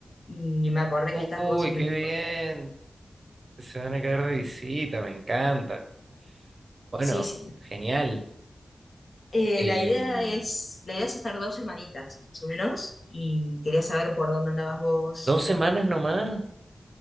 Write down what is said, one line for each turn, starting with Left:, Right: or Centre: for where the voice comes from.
Left: y me acordé que estás
Right: Uy,
Left: vos en México.
Right: qué bien. Se van a quedar de visita, me encanta. Bueno,
Left: Sí, sí.
Right: genial.
Left: Eh,
Right: Em,
Left: la idea es, la idea es estar dos semanitas, más o menos, y quería saber por dónde andabas vos,
Right: ¿dos
Left: eh,
Right: semanas nomás?